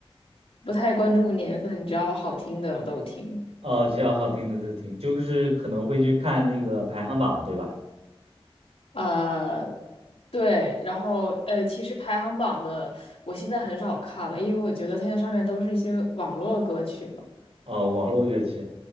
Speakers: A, on the left; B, on the right.
A: 不太关注年份，只要好听的我都听。
B: 哦，只要好听的就听，就是可能会去看那个排行榜，对吧？
A: 呃，对，然后呃，其实排行榜的我现在很少看了，因为我觉得现在上面都是一些网络歌曲了。
B: 哦，网络歌曲，